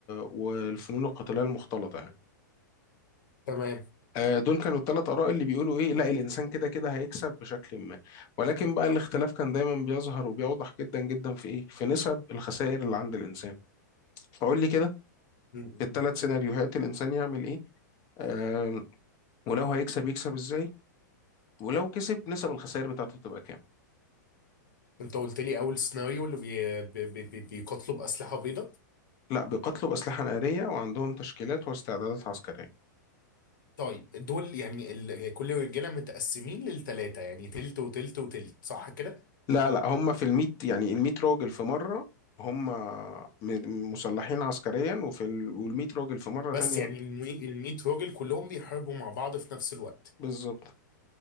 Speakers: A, on the left (about 30°); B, on the left (about 80°).
A: والفنون القتاليه المختلطه يعني
B: تمام
A: آه دول كانوا الثلاث اراء اللي بيقولوا ايه لا الانسان كده كده هيكسب بشكل ما ولكن بقى الاختلاف كان دايما بيظهر وبيوضح جدا جدا في ايه في نسب الخسائر اللي عند الانسان فقول لي كده
B: م-
A: في الثلاث
B: م.
A: سيناريوهات الانسان يعمل ايه آه ولو هيكسب يكسب ازاي ولو كسب نسب الخسائر بتاعته تبقى كام
B: انت قلت لي اول سيناريو اللي بي... بي... بي... بي- بيقتلوا باسلحه بيضاء
A: لا بيقاتلوا بأسلحة نارية وعندهم تشكيلات واستعدادات عسكرية
B: طيب دول يعني ال... كل رجاله متقسمين للثلاثه يعني تلت وتلت وتلت صح كده
A: لا لا هم في الميت يعني الميت راجل في مرة هم م- مسلحين عسكريا وفي ال... والميت راجل في مرة
B: بس
A: تانية
B: يعني ال 100 راجل كلهم بيحاربوا مع بعض في نفس الوقت
A: بالظبط